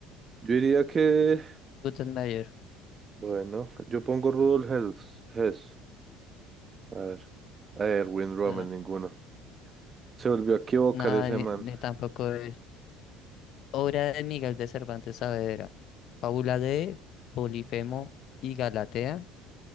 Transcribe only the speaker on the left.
Gutenberg.
eh,
nada,
ni,
ni tampoco él. Obra de Miguel de Cervantes Saavedra. Fábula de Polifemo y Galatea.